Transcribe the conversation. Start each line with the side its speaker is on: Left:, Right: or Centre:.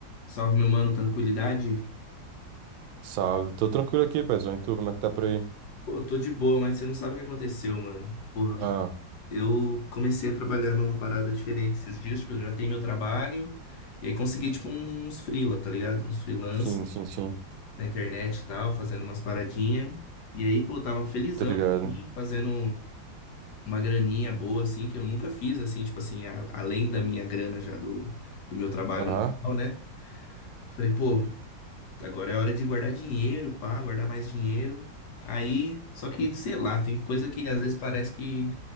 Left: Salve, meu mano, tranquilidade?
Right: Salve, tô tranquilo aqui, paizão. E tu, como é que tá por aí?
Left: Pô, eu tô de boa, mas você não sabe o que aconteceu, mano. Porra,
Right: Ah,
Left: eu comecei a trabalhar numa parada diferente esses dias, tipo, eu já tenho meu trabalho, e aí consegui, tipo, uns freela, tá ligado? Uns freelance
Right: sim, sim, sim.
Left: na internet e tal, fazendo umas paradinhas. E aí, pô, tava felizão,
Right: Tô ligado.
Left: assim, fazendo uma graninha boa, assim, que eu nunca fiz, assim, tipo assim, a- além da minha grana já do, do meu trabalho,
Right: Aham,
Left: normal, né? Falei, pô, Agora é hora de guardar dinheiro, pá, guardar mais dinheiro. Aí, só que, sei lá, tem coisa que às vezes parece que